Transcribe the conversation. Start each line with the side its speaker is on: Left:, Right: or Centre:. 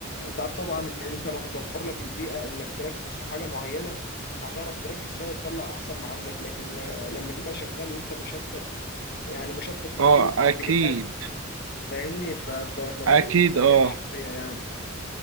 Left: انت عارف طبعا ان انت لو متوفر لك البيئة انك تركز في حاجة معينة هتعرف تركز فيها وتطلع احسن ما عندك لكن آه، لما تبقى شغال وانت مشتت يعني مشتت من
Right: اه
Left: كل الاتجاهات
Right: اكيد
Left: فاهمني ف- ف- فبتبقى
Right: اكيد
Left: سايح
Right: اه
Left: شوية يعني